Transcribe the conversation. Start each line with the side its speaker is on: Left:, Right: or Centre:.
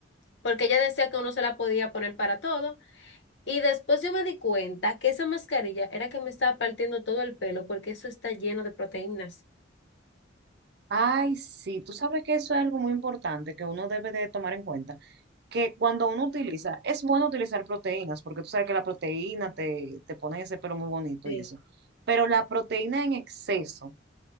Left: porque ella decía que uno se la podía poner para todo. Y después yo me di cuenta que esa mascarilla era que me estaba partiendo todo el pelo, porque eso está lleno de proteínas.
Right: Ay, sí, tú sabes que eso es algo muy importante que uno debe de tomar en cuenta, que cuando uno utiliza, es bueno utilizar proteínas, porque tú sabes que la proteína te, te pone ese pelo muy bonito
Left: Sí,
Right: y eso, pero la proteína en exceso.